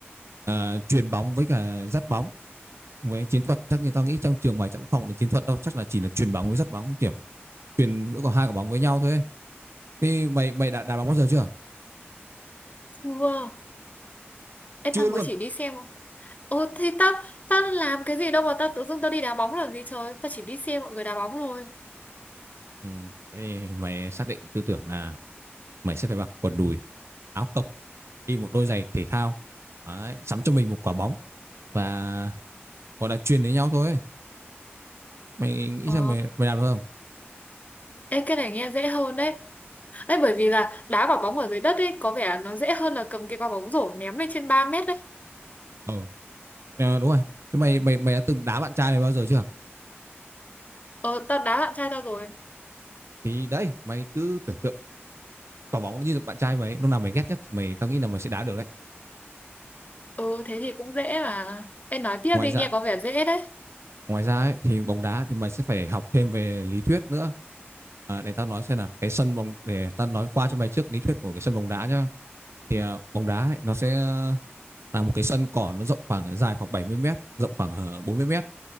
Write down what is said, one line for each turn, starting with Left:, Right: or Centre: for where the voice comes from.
Right: ờ, chuyền bóng với cả dắt bóng với chiến thuật chắc như tao nghĩ trong trường mày chắc cũng không đến chiến thuật đâu chắc là chỉ là chuyền bóng với dắt bóng kiểu chuyền giữa có hai quả bóng với nhau thôi ấy. thì mày mày đã đá bóng bao giờ chưa
Left: Chưa. Ê
Right: chưa
Left: tao mới
Right: luôn
Left: chỉ đi xem. Ồ thì tao tao làm cái gì đâu mà tao tự dưng tao đi đá bóng làm gì trời, tao chỉ đi xem mọi người đá bóng thôi.
Right: ừ, thế thì mày xác định tư tưởng là mày sẽ phải mặc quần đùi áo cộc đi một đôi giày thể thao Đấy, sắm cho mình một quả bóng và gọi là truyền với nhau thôi ấy. mày nghĩ
Left: Ờ.
Right: xem mày mày làm được không
Left: Ê cái này nghe dễ hơn đấy. Ê bởi vì là đá quả bóng ở dưới đất ấy có vẻ nó dễ hơn là cầm cái quả bóng rổ ném lên trên ba mét đấy.
Right: ờ à, đúng rồi thế mày mày mày đã từng đá bạn trai mày bao giờ chưa
Left: Ờ tao đá bạn trai tao rồi.
Right: thì đấy mày cứ tưởng tượng quả bóng nó như bạn trai mày ấy, lúc nào mày ghét nhất mày tao nghĩ là mày sẽ đá được đấy
Left: Ừ thế thì cũng dễ mà. em nói tiếp
Right: ngoài
Left: đi
Right: ra
Left: nghe có vẻ dễ đấy.
Right: ngoài ra ấy, thì bóng đá thì mày sẽ phải học thêm về lý thuyết nữa à, để tao nói xem nào cái sân bóng để tao nói qua cho mày trước lý thuyết của cái sân bóng đá nhá thì à, bóng đá ấy, nó sẽ ờ, là một cái sân cỏ nó rộng khoảng ờ, dài khoảng bảy mươi mét rộng khoảng ờ, bốn mươi mét